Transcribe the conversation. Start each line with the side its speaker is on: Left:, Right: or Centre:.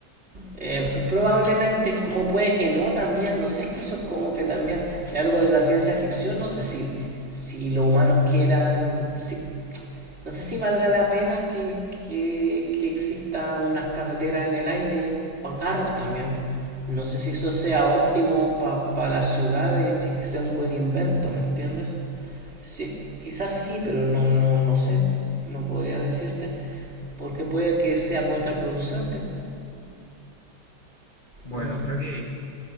Right: Eh, probablemente, como puede que no, también, no sé, es que eso es como que también es algo de la ciencia ficción, no sé si, si los humanos quieran, si, no sé si valga la pena que, que, que exista unas carreteras en el aire para carros también. No sé si eso sea óptimo para las ciudades, si es que sea un buen invento, ¿me entiendes? Sí, quizás sí, pero no, no, no sé, no podría decirte, porque puede que sea contraproducente.
Left: Bueno,
Right: Mm.
Left: creo que